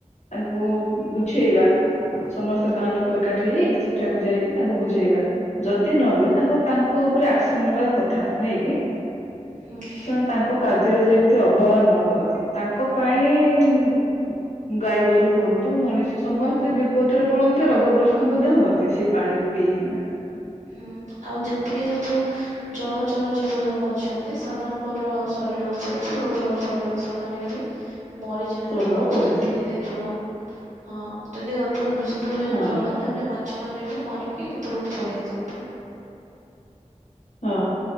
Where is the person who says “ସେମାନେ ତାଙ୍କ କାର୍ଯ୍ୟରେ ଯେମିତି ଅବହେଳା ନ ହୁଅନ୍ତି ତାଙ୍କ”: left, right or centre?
Left